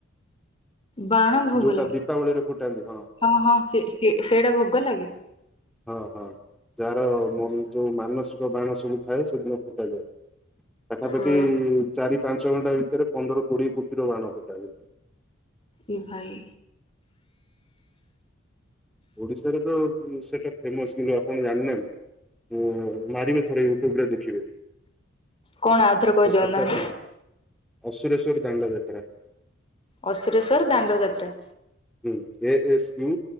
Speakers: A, on the left; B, in the centre.
A: ବାଣ ଭୋଗ
B: ଦୀପାବଳିରେ
A: ଲା-
B: ଫୁଟାନ୍ତି ହଁ।
A: ହଁ ହଁ ସେ ସେ ସେଇଟା ଭୋଗ ଲାଗେ।
B: ହଁ ହଁ ଯାହାର ଯୋଉ ମାନସିକ ବାଣ ସବୁ ଥାଏ ସେଦିନ ଫୁଟାଯାଏ। ପାଖାପାଖି
A: ଓ
B: ଚାରି ପାଞ୍ଚ ଘଣ୍ଟା ଭିତରେ ପନ୍ଦର କୋଡିଏ କୋଟିର ବାଣ ଫୁଟାଯାଏ।
A: ଏ ଭାଇ।
B: ଓଡିଶାରେ ତ ସେଇଟା ଫେମସ କିନ୍ତୁ ଆପଣ ଜାଣିନାହାନ୍ତି। ହୁଁ ମାରିବେ ଥରେ ୟୁଟ୍ୟୁବ ରେ ଦେଖିବେ।
A: କଣ ଆଉଥରେ କହିଦିଅନ୍ତୁ
B: ତ ସେଟା
A: ନାହାନ୍ତି
B: ଫ ଅସୁରେଶ୍ଵର ଦାଣ୍ଡ ଯାତ୍ରା।
A: ଅସୁରେଶ୍ୱର ଦାଣ୍ଡଯାତ୍ରା।
B: ହୁଁ A S U